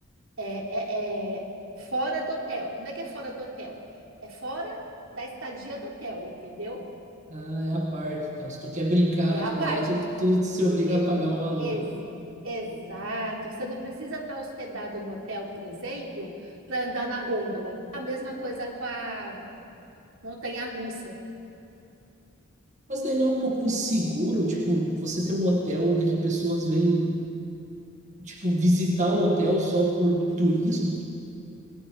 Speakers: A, on the right; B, on the right.
A: é, é- é fora do hotel. Não é que é fora do hotel, é fora da estadia do hotel, entendeu?
B: Ah, é a parte. Então, se tu quer brincar
A: É
B: naquilo
A: a parte.
B: lá, tu, tu se obriga
A: E-
B: a pagar um valor.
A: ex-
B: então.
A: exato. Você não precisa estar hospedado no hotel, por exemplo, para andar na gôndola. A mesma coisa com a montanha-russa.
B: Mas daí não é um pouco inseguro, tipo, você ter um hotel onde que pessoas vêm, tipo, visitar o hotel só por turismo?